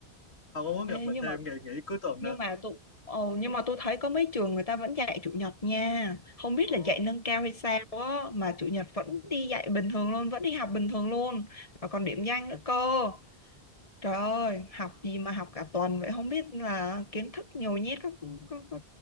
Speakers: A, on the left (about 85°); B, on the left (about 35°).
A: không có muốn gặp
B: Ê,
A: mình
B: nhưng
A: thêm
B: mà
A: ngày nghỉ cuối tuần
B: nhưng
A: nữa
B: mà tôi ồ nhưng mà tôi thấy có mấy trường người ta vẫn dạy chủ nhật nha không biết
A: ồ
B: là dạy nâng cao hay sao á mà chủ nhật vẫn đi dạy bình thường luôn vẫn đi học bình thường luôn và còn điểm danh nữa cơ trời ơi học gì mà học cả tuần vậy không biết là kiến thức nhồi nhét có, có, có